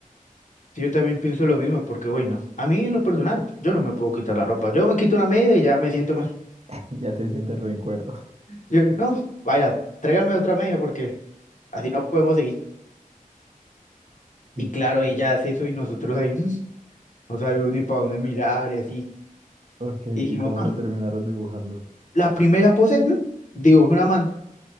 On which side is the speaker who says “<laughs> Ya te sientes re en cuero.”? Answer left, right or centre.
Right